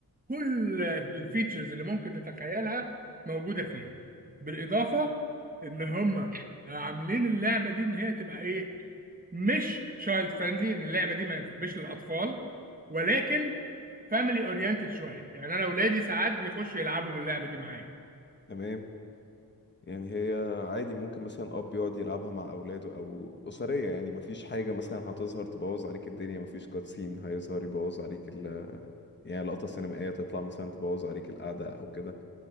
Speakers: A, on the right; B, on the left.
A: كل الفيتشرز اللي ممكن تتخيلها موجودة فيها بالإضافة إن هم عاملين اللعبة دي إن هي تبقى إيه مش تشايلد فريندلي إن اللعبة دي ما ينفعش للأطفال ولكن فاميلي أورينتد شوية يعني أنا أولادي ساعات بيخشوا يلعبوا باللعبة دي معايا
B: تمام يعني هي عادي ممكن مثلا اب يقعد يلعبها مع اولاده او اسرية يعني مفيش حاجة مثلا هتظهر تبوظ عليك الدنيا مفيش كاتسين هيظهر يبوظ عليك ال يعني لقطة سينمائية تطلع مثلا تبوظ عليك القعدة أو كده